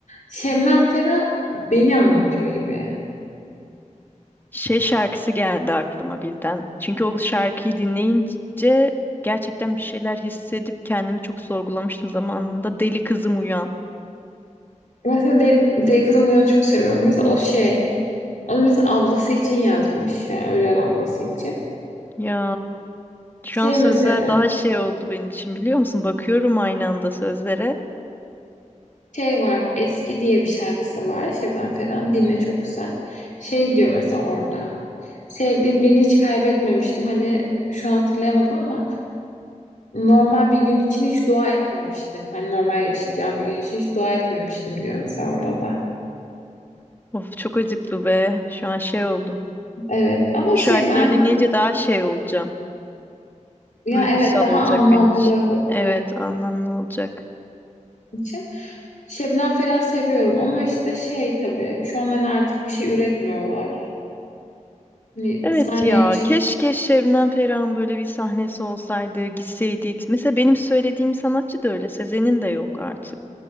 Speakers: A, on the left; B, on the left.
A: Şebnem Ferah beni anlatıyor gibi.
B: Şey şarkısı geldi aklıma birden. Çünkü o şarkıyı dinleyince gerçekten bir şeyler hissedip kendimi çok sorgulamıştım zamanında. Deli kızım uyan.
A: Mesela de, Deli Kızım Uyan'ı çok seviyorum. Mesela o şey, onu mesela ablası için yazmış. Yani ölen ablası için.
B: Ya şu
A: Şey
B: an sözler
A: mesela,
B: daha şey oldu benim için biliyor musun? Bakıyorum aynı anda sözlere.
A: şey var, Eski diye bir şarkısı var. Şebnem Ferah'ın dinle çok güzel. Şey diyor mesela orada. Sevdiğim birini hiç kaybetmemiştim. Hani şu an hatırlayamadım ama normal bir gün için hiç dua etmemiştim. Hani normal yaşayacağım bir gün için hiç dua etmemiştim diyor mesela orada da.
B: Of çok acıklı be. Şu an şey oldum.
A: Evet ama
B: Şarkıları
A: şey ben
B: dinleyince daha şey olacağım.
A: Ya
B: Duygusal
A: evet daha
B: olacak
A: anlamlı
B: benim için.
A: olacak
B: Evet, anlamlı olacak.
A: için. Şebnem Ferah seviyorum ama işte şey tabii şu an hani artık bir şey üretmiyorlar. Hani
B: Evet
A: sahneye
B: ya,
A: çıktı.
B: keşke Şebnem Ferah'ın böyle bir sahnesi olsaydı, gitseydik. Mesela benim söylediğim sanatçı da öyle, Sezen'in de yok artık.